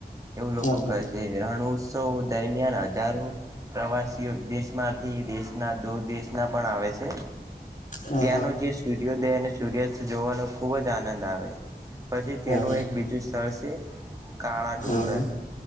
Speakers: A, on the right; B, on the left.
A: એવું લોકો
B: હા હા
A: કહે છે રણ ઉત્સવ દરમિયાન હજારો પ્રવાસીઓ વિદેશમાંથી દેશના દો દેશ ના પણ આવે છે.
B: હા
A: ત્યાંનો
B: હા
A: જે સૂર્યોદય અને સૂર્યાસ્ત જોવાનો ખુબ જ આનંદ આવે પછી
B: હા
A: ત્યાંનું
B: હા
A: એક બીજું સ્થળ છે. કાળા ડુંગર
B: હા હા હા